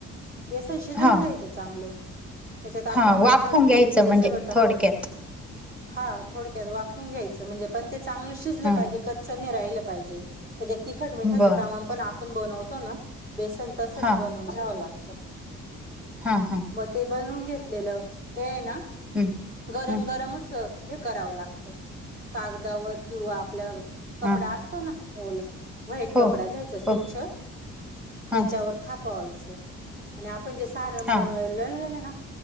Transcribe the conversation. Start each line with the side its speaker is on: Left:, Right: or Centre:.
Right: बेसन शिजवून
Centre: हा
Right: घ्यायचं चांगलं. त्याच्यात आपण
Centre: हा वाफवून
Right: तिखट
Centre: घ्यायचं
Right: मीठ ते
Centre: म्हणजे
Right: सगळं टाकू,
Centre: थोडक्यात
Right: हा. थोडक्यात वापरून घ्यायचं म्हणजे पण ते चांगलं शिजलं
Centre: हा
Right: पाहिजे कच्चं नाही राहिलं पाहिजे. त्याच्यात तिखट मिठाचं
Centre: बर
Right: प्रमाण पण आपण बनवतो ना बेसन तसच
Centre: हा
Right: बनवून घ्यावं लागतं.
Centre: हा हा.
Right: म ते बनून घेतलेलं ते आहे ना
Centre: हं
Right: गरम
Centre: हं
Right: गरम अस हे करावं लागतं कागदावर किंवा आपल्या कपडा
Centre: हा
Right: असतो ना ओल. व्हाईट
Centre: हो
Right: कपडा घ्यायचा स्वच्छ
Centre: हो हा
Right: त्याच्यावर थापवायचं. आणि आपण जे सारण
Centre: हा
Right: बनव लललेलं ना.